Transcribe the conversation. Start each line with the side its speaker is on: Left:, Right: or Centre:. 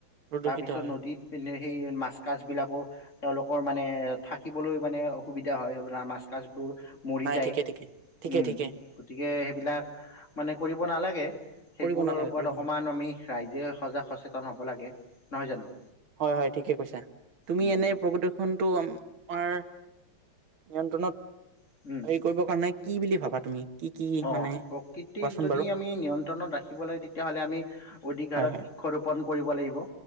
Right: প্ৰদূষিত
Left: তাৰপিছত
Right: হয়
Left: নদীত সেই মাছ মা কাছবিলাকো তেওঁলোকৰ মানে থাকিবলৈ মানে অসুবিধা হয় মাছ কাছবোৰ মৰি
Right: নাই
Left: যায়।
Right: ঠিকে ঠিকে ঠিকে
Left: উমঁ'
Right: ঠিকে
Left: গতিকে সেইবিলাক মানে কৰিব নালাগে। সেইবোৰৰ
Right: কৰিব নালাগে
Left: ওপৰত
Right: কৰিব
Left: অকণমান
Right: নালাগে
Left: আমি ৰাইজে সজাগ সচেতন হ'ব লাগে। নহয় জানো?
Right: হয়-হয় ঠিকে কৈছা। তুমি
Left: উম
Right: এনে
Left: উম
Right: প্ৰকৃতি খনটো আমাৰ নিয়ন্ত্ৰণত-
Left: উম।
Right: হেৰি কৰিবৰ কাৰণে কি বুলি ভাবা তুমি? কি কি
Left: অঁ'
Right: মানে
Left: প্ৰকৃতিক
Right: কোৱাচোন
Left: যদি
Right: বাৰু
Left: আমি নিয়ন্ত্ৰণত ৰাখিব লাগে তেতিয়াহ'লে আমি অধিক
Right: হয়
Left: হাৰত
Right: হয়
Left: ক্ষ ৰোপণ কৰিব লাগিব।